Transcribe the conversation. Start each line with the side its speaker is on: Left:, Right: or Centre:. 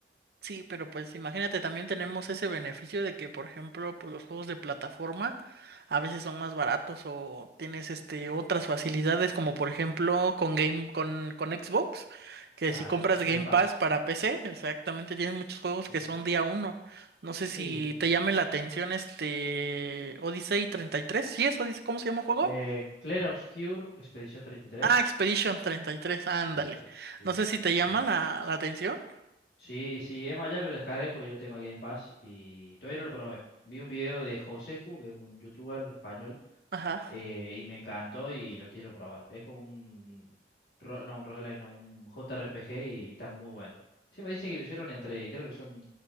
Right: Sí, pero pues imagínate, también tenemos ese beneficio de que, por ejemplo, pues los juegos de plataforma a veces son más baratos o tienes este otras facilidades como por ejemplo con Game con con Xbox, que
Left: Claro,
Right: si compras
Left: un Game
Right: Game
Left: Pass.
Right: Pass para PC, exactamente tienes muchos juegos
Left: Sí,
Right: que son día uno. No sé
Left: sí,
Right: si
Left: sí.
Right: te llame la atención este Odyssey 33. ¿sí es Odyssey? ¿Cómo se llama el juego?
Left: Eh, Clair Obscur, Expedición 33.
Right: Ah, Expedition treinta y tres. ándale.
Left: Ahí está, sí.
Right: No sé si te llama
Left: Eh,
Right: la, la atención.
Left: Sí, sí, Emma ya me lo descargué porque yo tengo el Game Pass y todavía no lo probé. Vi un video de Joseju, que es un youtuber español,
Right: Ajá.
Left: eh, y me encantó y lo quiero probar. Es como un... ro- No, un roguelike, no, un JRPG y está muy bueno. Sí, me dice que lo hicieron entre, creo que son